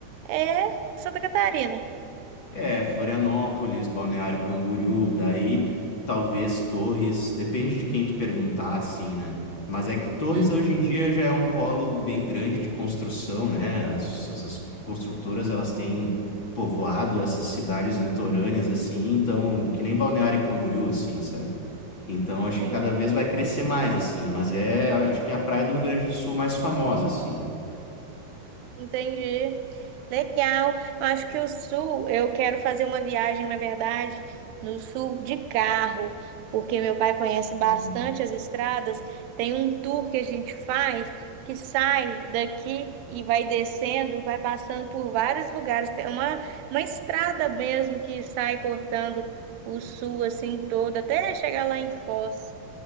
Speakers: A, on the right (about 75°); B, on the left (about 30°).
A: é Santa Catarina.
B: É, Florianópolis, Balneário Camboriú, daí talvez Torres, depende de quem tu perguntar, assim, né? Mas é que Torres
A: Uhum.
B: hoje em dia já é um polo bem grande de construção, né? As- essas construtoras, elas têm povoado essas cidades litorâneas, assim, então, que nem Balneário Camboriú, assim, sabe? Então, acho
A: Entendi.
B: que cada vez vai crescer mais, assim, mas é, acho que é a praia do Rio Grande do Sul mais famosa, assim.
A: Entendi. Legal. Acho que o sul, eu quero fazer uma viagem, na verdade, no sul de carro, porque meu pai conhece bastante
B: Hum.
A: as estradas. Tem um tour que a gente faz que sai daqui e vai descendo, vai passando por vários lugares. Tem uma, uma estrada mesmo que sai cortando o sul assim todo, até chegar lá em Foz.